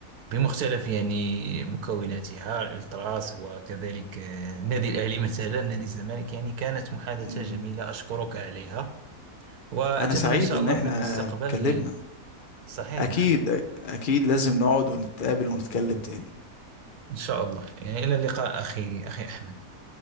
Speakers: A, on the right; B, on the left.
A: بمختلف يعني مكوناتها الألتراس وكذلك آه، النادي الأهلي مثلا نادي الزمالك يعني كانت محادثة
B: مم.
A: جميلة أشكرك عليها وأتمنى
B: انا سعيد
A: إن شاء
B: ان
A: الله
B: احنا
A: في المستقبل
B: اتكلمنا
A: يعني صحيح
B: أكيد
A: نعم
B: أكيد لازم نقعد ونتقابل ونتكلم تاني
A: إن شاء الله يعني إلى اللقاء أخي أخي أحمد